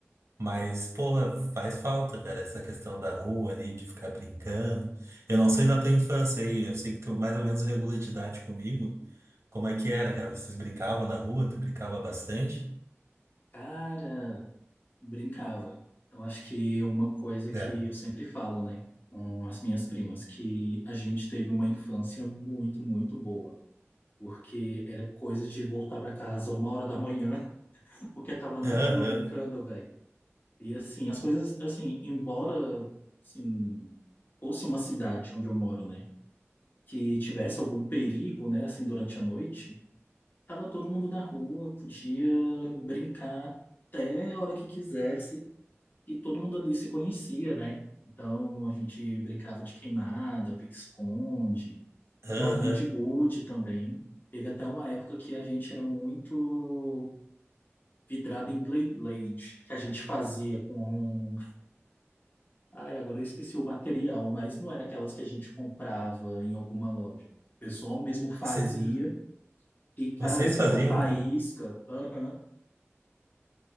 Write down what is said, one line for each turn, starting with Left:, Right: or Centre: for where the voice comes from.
Right: Mas, porra, faz falta, cara, essa questão da rua ali, de ficar brincando. Eu não sei da tua infância aí, eu sei que tu mais ou menos regula de idade comigo. Como é que era, cara? Vocês brincavam na rua, tu brincava bastante?
Left: Cara, brincava. Eu acho que uma coisa que
Right: né?
Left: eu sempre falo, né, com as minhas primas, que a gente teve uma infância muito, muito boa. Porque era coisa de voltar pra casa uma hora da manhã, <laughs> porque tava na
Right: Aham,
Left: rua brincando, velho. E assim, as coisas, assim, embora, assim, fosse uma cidade onde eu moro, né? que tivesse algum perigo, né, assim, durante a noite, tava todo mundo na rua, podia brincar até a hora que quisesse e todo mundo ali se conhecia, né? Então a gente brincava de queimada, pique-esconde,
Right: aham.
Left: bolinha de gude também. Teve até uma época que a gente era muito vidrado em Blade Blade, que a gente fazia com. Ai, agora eu esqueci o material, mas não era aquelas que a gente comprava em alguma loja. O pessoal mesmo fazia
Right: Você-
Left: E, cara,
Right: Vocês
Left: saía
Right: faziam,
Left: faísca.
Right: cara.
Left: Aham.